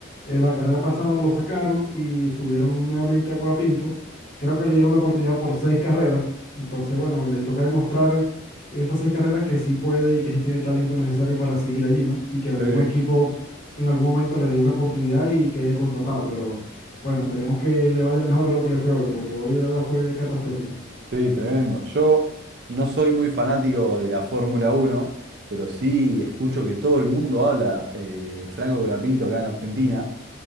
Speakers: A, on the left; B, on the right.
A: eh, la carrera pasada lo sacaron y subieron nuevamente a Colapinto. Creo que le dieron la oportunidad por seis carreras. Entonces, bueno, le toca demostrar estas seis carreras que sí puede y que sí tiene el talento necesario para seguir allí, ¿no? Y que algún
B: Sí.
A: equipo en algún momento le dé una oportunidad y quede contratado. Pero bueno, esperemos que le vaya mejor de lo que le fue hoy, porque hoy de verdad fue catastrófico.
B: Sí, tremendo. Yo no soy muy fanático de la Fórmula Uno, pero sí escucho que todo el mundo habla eh, de Franco Colapinto acá en Argentina,